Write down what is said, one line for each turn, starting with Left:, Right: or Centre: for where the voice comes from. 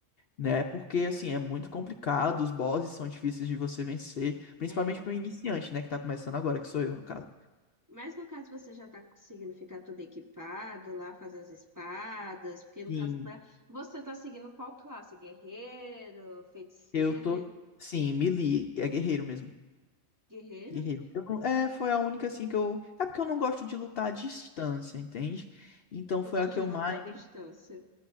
Left: né? Porque assim, é muito complicado, os bosses são difíceis de você vencer, principalmente
Right: É.
Left: pro iniciante, né? Que tá começando agora, que sou eu, no caso.
Right: Mas no caso você já tá conseguindo ficar tudo equipado lá, fazer as espadas, porque no
Left: Sim.
Right: caso pra... você tá seguindo qual classe? Guerreiro, feiticeiro,
Left: Eu tô. Sim, melee. É guerreiro mesmo.
Right: guerreiro?
Left: Guerreiro. Eu não- É, foi a única assim que eu. É porque eu não gosto de lutar à distância, entende? Então
Right: Eu
Left: foi
Right: gosto
Left: a que
Right: de
Left: eu
Right: lutar
Left: mais.
Right: à distância.